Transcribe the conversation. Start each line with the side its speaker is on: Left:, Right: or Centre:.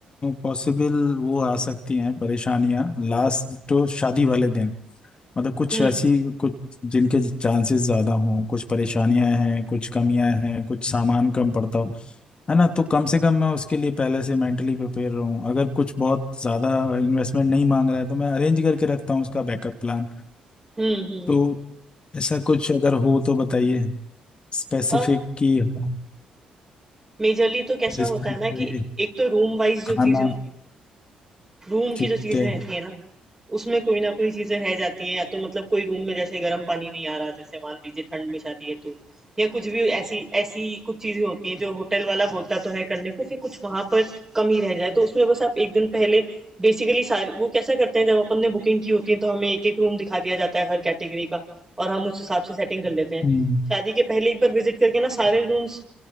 Left: पॉसिबल वो आ सकती हैं परेशानियां लास्ट तो शादी वाले दिन मतलब कुछ
Right: हुँ,
Left: ऐसी कुछ जिनके चांसेस ज्यादा हों कुछ परेशानियां हैं कुछ कमियां हैं कुछ सामान कम पड़ता हो है ना तो कम से कम मैं उसके लिए पहले से मेंटली प्रिपेयर रहूं अगर कुछ बहुत ज्यादा इन्वेस्टमेंट नहीं मांग रहा है तो मैं अरेंज करके रखता हूँ उसका बैकअप प्लान
Right: हुँ, हुँ।
Left: तो ऐसा कुछ अगर हो तो बताइए स्पेसिफिक
Right: अ,
Left: कि हाँ
Right: मेजरली तो कैसा
Left: जिसमें
Right: होता है ना
Left: कि
Right: कि एक तो रूम वाइज़ जो
Left: खाना
Right: चीज़ें होती हैं रूम की
Left: ठीक
Right: जो चीज़ें
Left: है
Right: रहती हैं ना, उसमें कोई ना कोई चीज़ें रह जाती हैं या तो मतलब कोई रूम में जैसे गर्म पानी नहीं आ रहा, जैसे मान लीजिए ठंड में शादी है तो, या कुछ भी ऐसी ऐसी कुछ चीज़ें होती हैं जो होटल वाला बोलता तो है करने को, फिर कुछ वहाँ पर कमी रह जाए, तो उसमें बस आप 1 दिन पहले बेसिकली सारे वो कैसा करते हैं जब अपन ने बुकिंग की होती है तो हमें एक-एक रूम दिखा दिया जाता है हर कैटेगरी का और हम उस हिसाब से सेटिंग कर लेते हैं।
Left: हम्म,
Right: शादी के पहले एक बार विज़िट करके ना सारे रूम्स